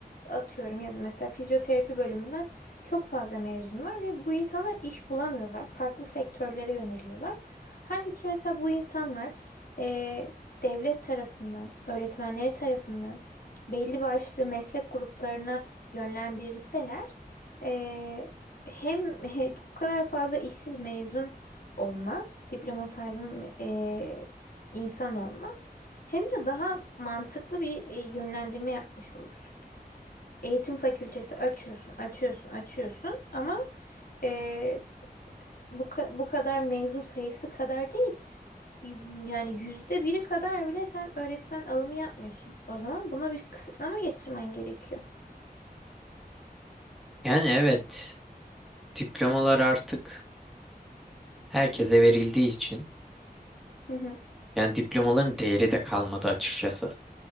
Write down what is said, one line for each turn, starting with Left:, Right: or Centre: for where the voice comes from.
Left: atıyorum ya da mesela fizyoterapi bölümünden çok fazla mezun var ve bu insanlar iş bulamıyorlar. Farklı sektörlere yöneliyorlar. Halbuki mesela bu insanlar e, devlet tarafından, öğretmenleri tarafından belli başlı meslek gruplarına yönlendirilseler eee, hem <laughs> bu kadar fazla işsiz mezun olmaz, diploma sahibi eee, insan olmaz, hem de daha mantıklı bir e, yönlendirme yapmış olursun. Eğitim fakültesi açıyorsun, açıyorsun, açıyorsun ama eee, bu ka- bu kadar mezun sayısı kadar değil. Y- Yani yüzde biri kadar bile sen öğretmen alımı yapmıyorsun. O zaman buna bir kısıtlama getirmen gerekiyor.
Centre: Yani evet, diplomalar artık herkese verildiği için
Left: Hı hı.
Centre: yani diplomaların değeri de kalmadı açıkçası.